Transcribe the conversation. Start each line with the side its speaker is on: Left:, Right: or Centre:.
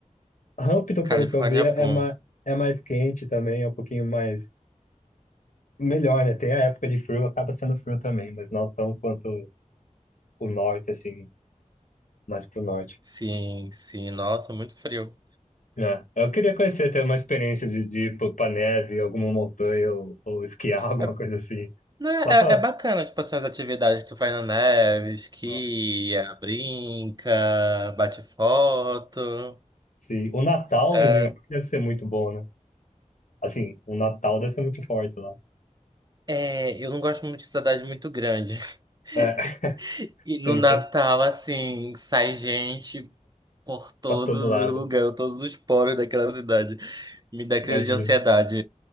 Left: Hampton,
Right: Califórnia
Left: pelo que eu vi,
Right: é
Left: é
Right: bom.
Left: mais, é mais quente também, é um pouquinho mais. Melhor, né? Tem a época de frio, acaba sendo frio também, mas não tão quanto o norte, assim, mais pro norte.
Right: Sim, sim, nossa, muito frio.
Left: É. Eu queria conhecer, ter uma experiência de, de ir pro- pra neve, alguma montanha, ou, ou esquiar, <laughs> alguma
Right: É,
Left: coisa assim.
Right: né,
Left: Só pra.
Right: é, é bacana, tipo assim, as atividades que tu faz na neve, esquia,
Left: é.
Right: brinca, bate foto.
Left: Se... O Natal
Right: É,
Left: em New York deve ser muito bom, né? Assim, o Natal deve ser muito forte lá.
Right: é, eu não gosto muito de cidade muito grande. <laughs>
Left: É. <laughs>
Right: E
Left: Sim,
Right: no Natal,
Left: faz
Right: assim, sai gente por todos
Left: pra todo lado.
Right: os lugares, todos os poros daquela cidade. Me dá crise
Left: Imagina,
Right: de ansiedade.